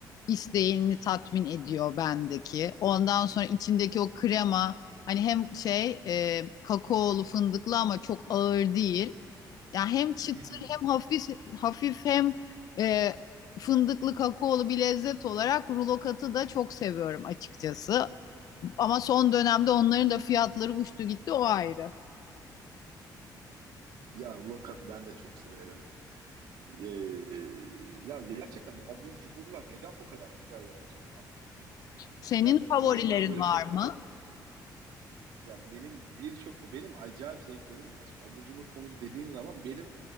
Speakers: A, on the left (about 55°); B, on the right (about 85°).
A: isteğini tatmin ediyor bendeki. Ondan sonra içindeki o krema hani hem şey e, kakaolu fındıklı ama çok ağır değil. Yani hem çıtır
B: Hı hı.
A: hem hafif hafif hem e, fındıklı kakaolu bir lezzet olarak rulo katı da çok seviyorum açıkçası. Ama son dönemde onların da fiyatları uçtu gitti o ayrı.
B: Ya Rokat'ı ben de çok severim. Ee, ya gerçekten bu abur cuburlar neden bu kadar güzeller acaba?
A: Senin
B: Yani
A: favorilerin
B: sonuçta hani böyle
A: var
B: çok
A: mı?
B: da ya benim birçok benim acayip zevklerim var. Şimdi abur cubur konusu dediğin zaman benim